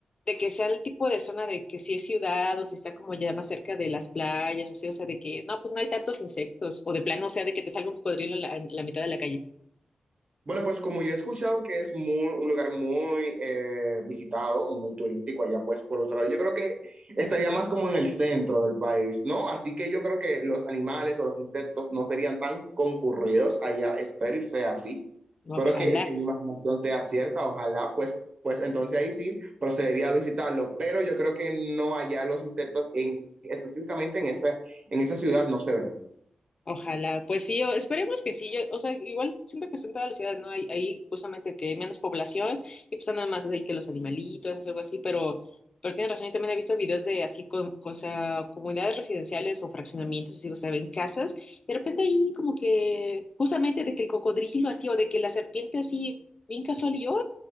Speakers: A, on the left; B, on the right.
A: de que sea el tipo de zona de que si es ciudad o si está como ya más cerca de las playas, o sea, o sea, de que no, pues no hay tantos insectos, o de plano, o sea, de que te salga un cocodrilo en la, en la mitad de la calle.
B: Bueno, pues como yo he escuchado que es muy, un lugar muy eh, visitado, muy turístico allá pues por Australia, yo creo que estaría más como en el centro del país, ¿no? Así que yo creo que los animales o los insectos no serían tan concurridos allá, espero y sea así.
A: No,
B: Espero
A: Ojalá.
B: que, que mi imaginación sea cierta, ojalá pues, pues entonces ahí sí procedería a visitarlo, pero yo creo que no allá los insectos en, específicamente en esa, en esa ciudad no se ven.
A: Ojalá, pues sí, o- esperemos que sí, yo, o sea, igual siento que son todas las ciudades, ¿no? Hay, hay justamente que hay menos población y pues nada más de ahí que los animalitos, algo así, pero, pero tienes razón, yo también he visto videos de así, con, o sea, comunidades residenciales o fraccionamientos, así, o sea, ven casas, y de repente ahí como que, justamente de que el cocodrilo así, o de que la serpiente así, bien casual, y yo,